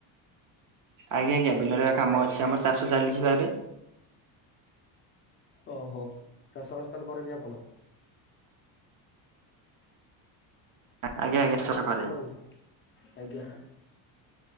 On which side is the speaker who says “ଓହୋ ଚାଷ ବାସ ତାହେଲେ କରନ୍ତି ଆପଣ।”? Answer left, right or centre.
Left